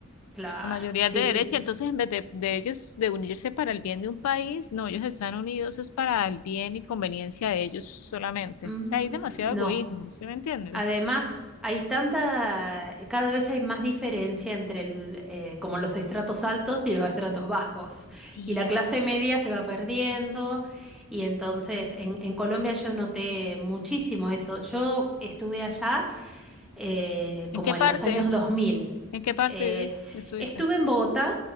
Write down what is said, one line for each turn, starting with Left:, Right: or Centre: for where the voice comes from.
Centre: claro,
Left: La mayoría
Centre: sí,
Left: es de derecha,
Centre: sí.
Left: entonces en vez de, de ellos de unirse para el bien de un país, no, ellos están unidos es para el bien y conveniencia de ellos solamente.
Centre: Mm,
Left: O sea, hay demasiado
Centre: no,
Left: egoísmo, ¿sí me entiendes?
Centre: Además, hay tanta, cada vez hay más diferencia entre el, eh, como los estratos altos y los estratos bajos.
Left: Sí,
Centre: Y la
Left: aquí.
Centre: clase media se va perdiendo. Y entonces, en, en Colombia yo noté muchísimo eso. Yo estuve allá eh, como
Left: ¿En qué partes?
Centre: en los años 2000.
Left: ¿En qué parte
Centre: Eh,
Left: vivís? Estuviste.
Centre: estuve en Bogotá,